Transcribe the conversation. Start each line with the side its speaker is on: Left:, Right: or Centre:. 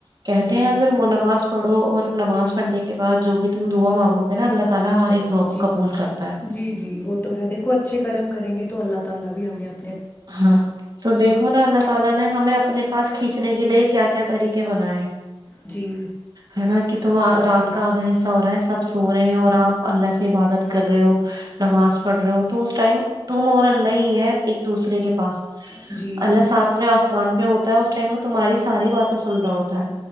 Right: کہتے
Left: جی
Right: ہیں اگر وہ نماز پڑھو اور نماز پڑھنے کے بعد جو بھی تم دعا مانگو گے نا اللہ تعالی ہر
Left: جی
Right: ایک دعا کو
Left: جی
Right: قبول کرتا ہے
Left: جی جی وہ تو ہے دیکھو اچھے کرم کریں گے تو تو اللہ تالی بھی ہمیں اپ
Right: ہاں تو دیکھو نا اللہ تعالی نے ہمیں اپنے پاس کھینچنے کے لیے کیا کیا طریقے بنائے
Left: جی
Right: ہے نا کہ تم رات
Left: جی
Right: کا آدھا حصہ ہو رہا ہے سب سو رہے ہیں اور آپ اللہ سے عبادت کر رہے ہو نماز پڑھ رہے ہو تو اس ٹائم تم اور اللہ ہی ہے ایک دوسرے کے پاس
Left: جی
Right: اللہ ساتویں آسمان میں ہوتا ہے اس ٹائم میں تمہاری ساری باتیں سن رہا ہوتا ہے